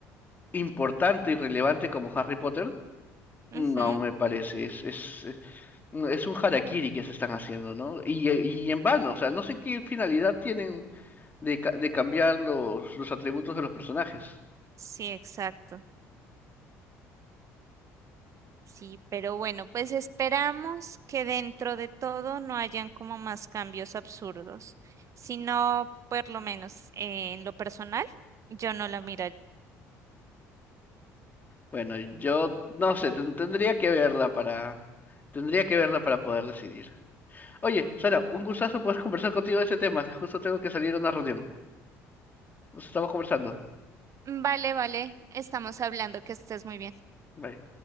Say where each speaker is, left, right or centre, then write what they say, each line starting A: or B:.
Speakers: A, on the left; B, on the right.
A: importante y relevante como Harry Potter, no
B: ujú,
A: me parece, es, es, es es un harakiri que se están haciendo, ¿no? Y, y en vano, o sea, no sé qué finalidad tienen de, ca- de cambiar los, los atributos de los personajes.
B: sí, exacto. Sí, pero bueno, pues esperamos que dentro de todo no hayan como más cambios absurdos, sino por lo menos eh, en lo personal, yo no la miraría.
A: Bueno, yo no sé, ten- tendría que verla para, tendría que verla para poder decidir. Oye, Sara, un gustazo poder conversar contigo de este tema. Justo tengo que salir a una reunión. Nos estamos conversando.
B: Vale, vale, estamos hablando, que estés muy bien.
A: Bye.